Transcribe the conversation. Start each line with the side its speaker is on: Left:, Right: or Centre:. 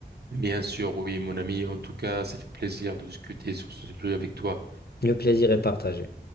Right: Bien sûr, oui, mon ami. En tout cas, ça fait plaisir de discuter sur ce sujet avec toi.
Left: Le plaisir est partagé.